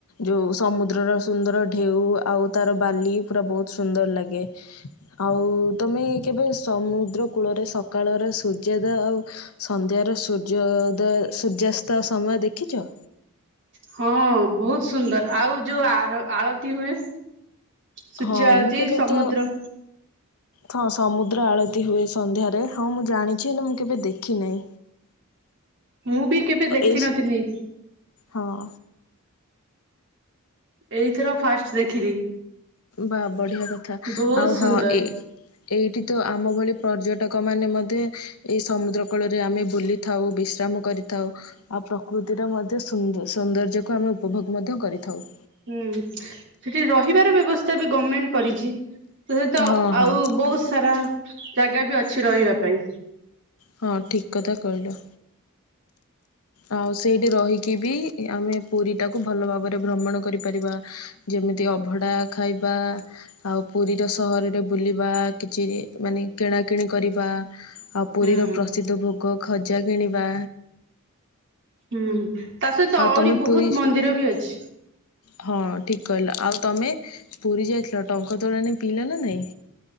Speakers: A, on the left (about 85°); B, on the right (about 55°).
A: ଯୋଉ ସମୁଦ୍ରର ସୁନ୍ଦର ଢ଼େଉ ଆଉ ତାର ବାଲି ପୁରା ବୋହୁତ୍ ସୁନ୍ଦର ଲାଗେ। ଆଉ ତମେ କେବେ ସମୁଦ୍ର କୂଳରେ ସକାଳର ସୂର୍ଯ୍ୟୋଦୟ ଆଉ ସନ୍ଧ୍ୟାର ସୂର୍ଯ୍ୟୋଦୟ ସୂର୍ଯ୍ୟାସ୍ତ ସମୟ ଦେଖିଚ?
B: ହଁ ବୋହୁତ୍ ସୁନ୍ଦର ଆଉ ଯୋଉ ଆର ଆଳତୀ ହୁଏ ସୂର୍ଯ୍ୟ
A: ହଁ
B: ଆଳତୀ
A: ମୁଁ କେବେ
B: ସମୁଦ୍ର
A: ତ ହଁ ସମୁଦ୍ର ଆଳତୀ ହୁଏ ସନ୍ଧ୍ୟାରେ ହଁ ମୁଁ ଜାଣିଛି ହେଲେ ମୁଁ କେବେ ଦେଖି ନେଇଁ।
B: ମୁଁ ବି କେବେ ଦେଖିନଥିଲି
A: ଏଇ ହଁ।
B: ଏଇ ଥର ଫାଷ୍ଟ୍ ଦେଖିଲି।
A: ବାଃ ବଢ଼ିଆ କଥା
B: ବହୁତ
A: ଆଉ
B: ସୁନ୍ଦର
A: ହଁ ଏଇ ଏଇଠି ତ ଆମ ଭଳି ପର୍ଯ୍ୟଟକ ମାନେ ମଧ୍ୟେ ଏଇ ସମୁଦ୍ର କୂଳରେ ଆମେ ବୁଲି ବସି ଥାଉ ବିଶ୍ରାମ କରିଥାଉ। ଆଉ ପ୍ରକୃତିର ମଧ୍ୟ ସୁନ୍ଦର୍ ସୌନ୍ଦର୍ଯ୍ୟକୁ ଆମେ ଉପଭୋଗ ମଧ୍ୟ କରିଥାଉ।
B: ହୁଁ ସେଠି ରହିବାର ବ୍ୟବସ୍ଥା ବି ଗମେଣ୍ଟ୍ କରିଛି। ସେଇ ତ
A: ହଁ
B: ଆଉ
A: ହଁ
B: ବୋହୁତ୍ ସାରା ଜାଗା ବି ଅଛି ରହିବା ପାଇଁ।
A: ହଁ ଠିକ୍ କଥା କହିଲ। ଆଉ ସେଇଠି ରହିକି ବି ଏ ଆମେ ପୁରୀଟାକୁ ଭଲ ଭାବରେ ଭ୍ରମଣ କରିପାରିବା। ଯେମିତି ଅଭଡ଼ା ଖାଇବା ଆଉ ପୁରୀର ସହରରେ ବୁଲିବା କିଛି ମାନେ କିଣାକିଣି କରିବା ଆଉ
B: ହୁଁ
A: ପୁରୀର ପ୍ରସିଦ୍ଧ ଭୋଗ ଖଜା କିଣିବା
B: ହୁଁ ତା ସହିତ
A: ଆଉ
B: ଆହୁରି
A: ତମେ
B: ବୋହୁତ୍
A: ପୁରୀ
B: ମନ୍ଦିର ବି ଅଛି।
A: ହଁ ଠିକ୍ କହିଲ ଆଉ ତମେ ପୁରୀ ଯାଇଥିଲ ଡ଼ଙ୍କ ତୋରାଣି ପିଇଲ ନା ନାଇଁ?